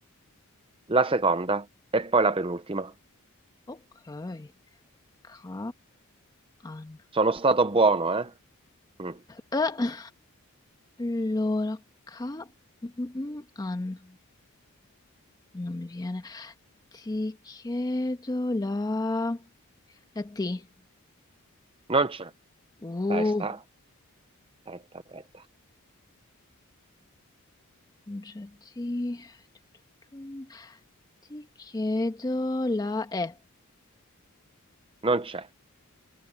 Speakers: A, on the right; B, on the left.
A: la seconda e poi la penultima.
B: Ok. Ka an.
A: Sono stato buono, eh? Mm.
B: Eh, allora, ka mm, mm, mm, an. Non mi viene. Ti chiedo la la T.
A: Non c'è.
B: Uh,
A: Testa, testa, testa.
B: non c'è T. Tu, tu, tu. Ti chiedo la E.
A: Non c'è.